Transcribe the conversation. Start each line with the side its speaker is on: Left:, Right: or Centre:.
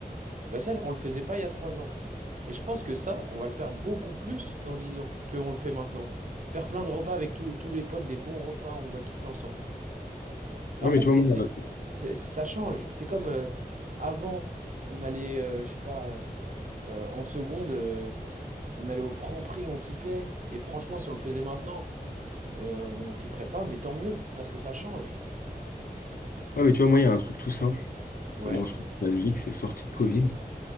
Right: Ben ça, on ne le faisait pas il y a trois ans. Et je pense que ça, on va le faire beaucoup plus dans dix ans qu'on le fait maintenant. Faire plein de repas avec tous tous les potes, des bons repas, on va kiffer ensemble. Et
Left: Ouais,
Right: en fait,
Left: mais tu
Right: c'est,
Left: vois, moi,
Right: c'est-
Left: il y a-
Right: c'est- ça change. C'est comme euh, avant, on allait, euh, je sais pas, euh, euh, en seconde, euh, on allait au Franprix, on kiffait. Et franchement, si on le faisait maintenant, euh, on kifferait pas, mais tant mieux, parce que ça change.
Left: ouais, mais tu vois, moi, il y a un truc tout simple
Right: Ouais,
Left: dont je suis nostalgique, c'est sortie de Covid.